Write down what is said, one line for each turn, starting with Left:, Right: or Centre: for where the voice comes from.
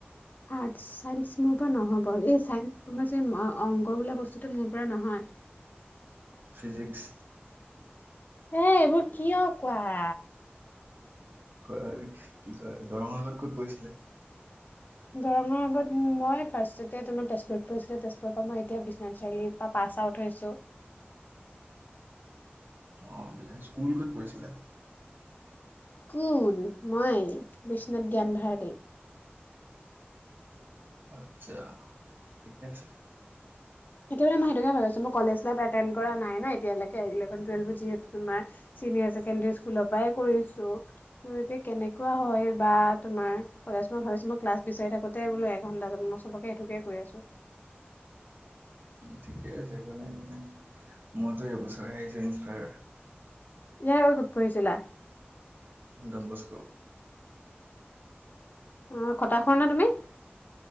Left: Arts science মোৰ পৰা নহ'ব এই ছাইন্স কমাৰ্চ অংগ বোলা বস্তুটো মোৰ পৰা নহয়।
Right: ফিজিক্স।
Left: এ এইবোৰ কিয় কোৱা।
Right: কি কয়, কি কয় দৰঙা গাঁৱত ক'ত পৰিছিলা।
Left: দৰঙৰ আগত মই ফাৰ্ষ্টতে তোমাৰ তেজপুৰত পিঢ়িছিলোঁ তেজপুৰৰ পৰা মই এতিয়া বিশ্বনাথ চাৰিআলিত। তাৰ পাছ আউট হৈছোঁ।
Right: অ', স্কুল ক'ত পঢ়িছিলা?
Left: কোন মই বিশ্বনাথ জ্ঞান ভাৰতী।
Right: আচ্ছা, ঠিকে আছে।
Left: এতিয়া মই সেইটোকে ভাৱিছোঁ মই কলেজ লাইফ এটেন্ড কৰা নাই নাই এতিয়ালৈকে ইলেভন টুৱেলভো যিহেতু তোমাৰ চিনিয়ৰ চছেকেণ্ডৰী স্কুলৰ পৰাই কৰিছোঁ ত' এতিয়া কেনেকুৱা হয় বা? তোমাৰ কলেজ মই ভাবিছোঁ মই ক্লাছ বিচাৰি থাকোতে বোল এঘন্টা যায় মই চবকে এইটোকে কৈ আছোঁ।
Right: ঠিকে আছে, একো নাই, একো নাই মইতো এইবছৰে হাইচেকেণ্ডাৰী
Left: ইয়াৰ আগত ক'ত পঢ়িছিলা?
Right: Don Bosco.
Left: অ', খটাখূৰ নে নাই তুমি?